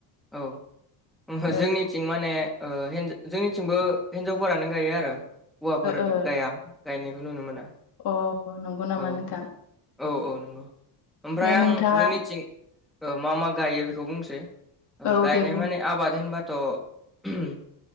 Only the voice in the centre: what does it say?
औ ओहो
जोंनि थिं माने ओ हिन जोंनिथिंबो हिन्जावफोरानो गायो आरो हौवाफोर
गाया गायनायखौ नुनो मोना
औ
औ औ नंगौ ओमफ्राय
आं
जोंनिथिं ओ मा मा गायो बेखौ बुंसै ओ
गायनाय
माने आबाद होनबाथ' <unintelligible>